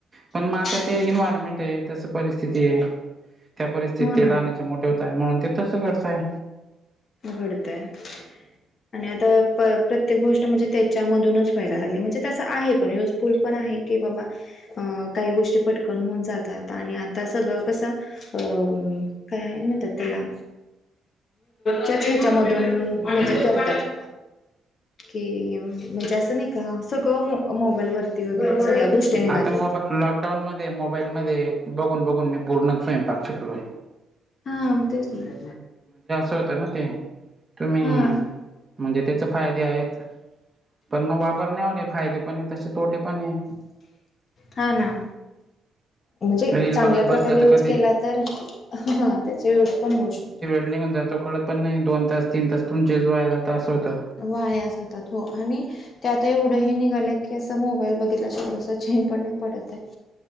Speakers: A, on the right; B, on the left.
A: पण मग आता
B: घेतोय
A: ते इन्वयरमेंट आहे तस परिस्थिती आहे त्या परिस्थितला
B: हो ना
A: मोठे होतय म्हणून ते तसं करतय.
B: घडतंय आणि आता प्रत्येक गोष्ट म्हणजे ते त्याच्या मधूनच व्हायला लागले म्हणजे तस आहे पण युजफुल पण आहे की बाबा अं काही गोष्टी पटकन होऊन जातात आणि आता सगळं कसं अ काय म्हणत त्याला त्याच ह्याच्या मधून म्हणजे करतात. कि म्हणजे असं नाही का सगळ मोबाईल वरती वगैरे सगळ्या गोष्टी निघाल्या
A: आता मोबा
B: आहेत
A: लॉकडाऊन मध्ये मोबाईल मध्ये बघून, बघून मी पूर्ण स्वयंपाक शिकलोय.
B: हा म तेच ना.
A: होत ना ते तुम्ही
B: हा
A: म्हणजे त्याचे फायदे आहेत. पण मग वापरण्यावर आहे. फायदे पण तसे तोटे पण आहे.
B: हा ना. म्हणजे
A: रील
B: चांगल्या
A: बघत
B: प्रकारे
A: बसलं तर
B: यूज
A: कधी
B: केला तरा त्याचा युज पण होऊ शकतो.
A: ण जातो कळत पण नाही दोन तास तीन तास तुमच्या जयला असं होतं.
B: वाया जातात हो आणि त्याता एवढंही निघालं की असं मोबाईल ब केल्याशिवाय चेन पण नाही पडत आहे